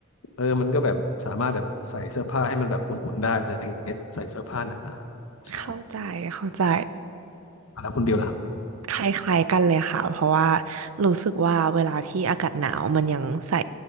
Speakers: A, on the left (about 80°); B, on the right (about 85°).
A: เออมันก็แบบสามารถแบบใส่เสื้อผ้าให้มันแบบอุ่นๆได้อะไรอย่างเงี้ยใส่เสื้อผ้าหนาๆใช่
B: เข้าใจเข้าใจ
A: แล้วคุณบิวล่ะครับ
B: คล้ายๆกันเลยค่ะเพราะว่ารู้สึกว่าเวลาที่อากาศหนาวมันยังใส่